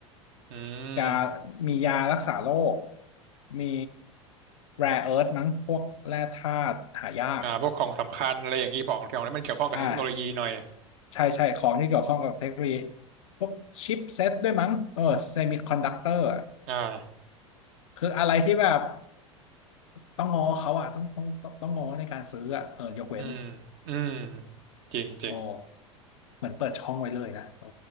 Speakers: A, on the right; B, on the left.
A: อืม
B: ยามียารักษาโรคมี rare earth มั้งพวกแร่ธาตุหายาก
A: อ่าพวกของสำคัญอะไรอย่างนี้ของของที่มันเกี่ยวข้องกับเทคโนโลยีหน่อย
B: อ่า ใช่ใช่ของที่เกี่ยวข้องกับเทคโนโลยีพวกชิปเซตด้วยมั้งเออเซมิคอนดักเตอร์
A: อ่า
B: คืออะไรที่แบบต้องงอเขาอะต้องต้องต้องต้องงอในการซื้ออะเออยกเว้น
A: อืมอืมจริงจริง
B: โอ้เหมือนเปิดช่องไว้เลยนะเออ